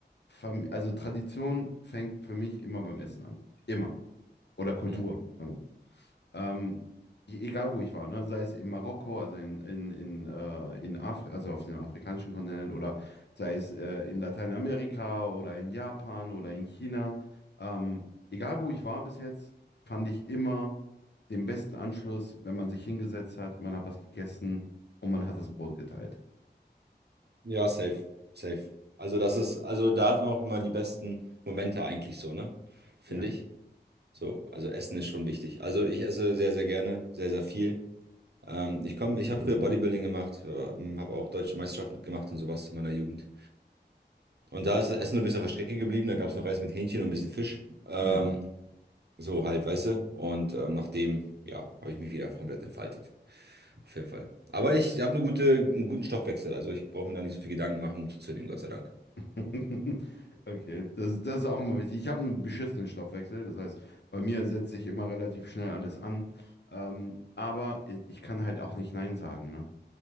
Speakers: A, on the left (about 70°); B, on the right (about 65°).
A: Fam- Also Tradition fängt für mich immer beim Essen an. Immer. Oder Kultur.
B: Mhm.
A: Ähm, e- egal wo ich war, ne? Sei es in Marokko, also in, in, in, äh, in Afri also auf dem afrikanischen Kontinent oder sei es äh, in Lateinamerika oder in Japan oder in China. Ähm, egal wo ich war bis jetzt, fand ich immer den besten Anschluss, wenn man sich hingesetzt hat, man hat was gegessen und man hat das Brot geteilt.
B: Ja, safe, safe. Also das ist, also da hat man auch immer die besten Momente eigentlich so, ne? Finde
A: Ja.
B: ich. So, also Essen ist schon wichtig. Also ich esse sehr, sehr gerne, sehr, sehr viel. Ähm, ich komme, ich habe früher Bodybuilding gemacht, ähm, habe auch deutsche Meisterschaft mitgemacht und sowas in meiner Jugend. Und da ist das Essen ein bisschen auf der Strecke geblieben. Da gab es noch Reis mit Hähnchen und ein bisschen Fisch. Ähm,
A: Ja.
B: So halt, weißt du? Und ähm, nachdem, ja, habe ich mich wieder komplett entfaltet. Auf jeden Fall. Aber ich habe eine gute, einen guten Stoffwechsel. Also ich brauche mir da nicht so viel Gedanken machen, um zuzunehmen, Gott sei Dank.
A: <laughs> Okay, das, das ist auch immer wichtig. Ich habe einen beschissenen Stoffwechsel, das heißt, bei mir setzt sich immer relativ schnell alles an. Ähm, aber ich ich kann halt auch nicht Nein sagen, ne?